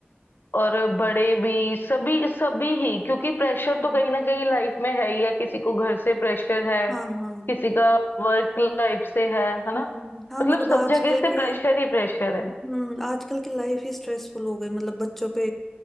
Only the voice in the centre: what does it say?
हम्म,
हाँ हाँ
हम्म
हम्म, हाँ
मतलब
आजकल
की
हम्म आजकल की लाइफ ही स्ट्रेसफुल हो गई मतलब बच्चों पे